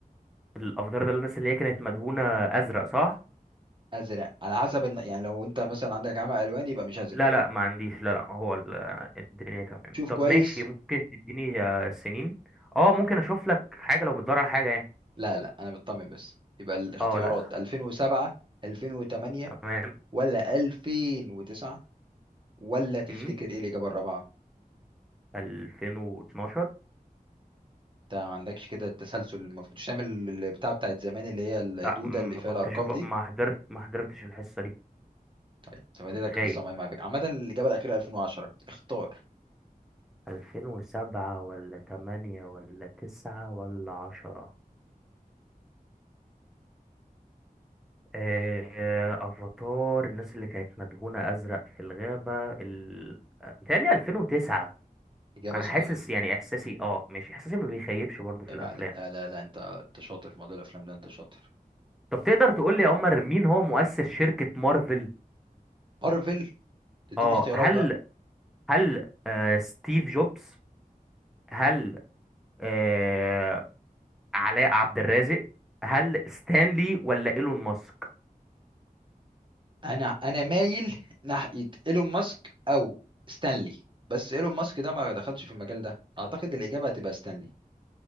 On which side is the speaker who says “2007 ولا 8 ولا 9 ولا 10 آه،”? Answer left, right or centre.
Centre